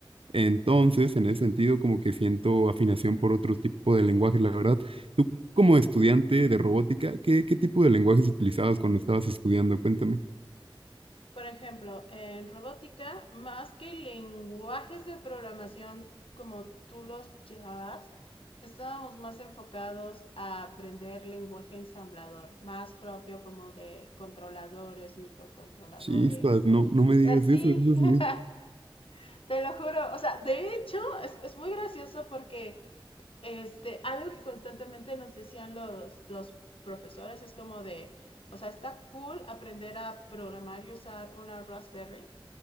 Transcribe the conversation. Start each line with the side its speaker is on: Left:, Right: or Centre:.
Right: Entonces, en ese sentido, como que siento afinación por otro tipo de lenguajes, la verdad. Tú, como estudiante de robótica, ¿qué, qué tipo de lenguajes utilizabas cuando estabas estudiando? Cuéntame.
Left: Por ejemplo, en robótica, más que lenguajes de programación como tú los llevabas, estábamos más enfocados a aprender lenguaje ensamblador, más propio como de controladores, microcontroladores.
Right: Chispas, no, no me digas
Left: Así,
Right: eso, eso es
Left: <laughs>
Right: muy...
Left: te lo juro. O sea, de hecho, es, es muy gracioso porque este, algo que constantemente nos decían los, los profesores es como de, o sea, está cool aprender a programar y usar una Raspberry